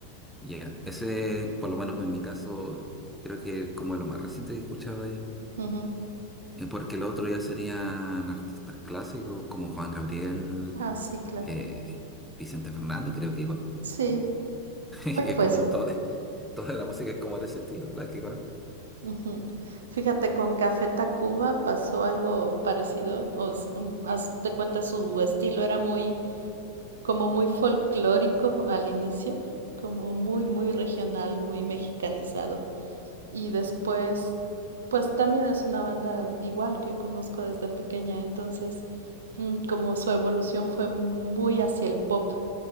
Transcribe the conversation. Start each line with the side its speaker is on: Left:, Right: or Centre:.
Centre: Ya, Ese, por lo menos en mi caso, creo que es como lo más reciente que he escuchado de ella.
Right: ujú.
Centre: Eh, Porque lo otro ya serían artistas clásicos como Juan Gabriel,
Right: Ah, sí, claro.
Centre: eh, Vicente Fernández, creo que igual.
Right: Sí.
Centre: <laughs> Y
Right: Hoy
Centre: es
Right: pues,
Centre: como to- <laughs> toda la música es como de ese estilo, la que conozco.
Right: ujú. Fíjate, con Café Tacuba pasó algo parecido. O s- mm, haz de cuenta su estilo era muy, como muy folclórico al inicio, como muy, muy regional, muy mexicanizado. y después, pues también es una banda igual que conozco desde pequeña, entonces mm, como su evolución fue muy hacia el pop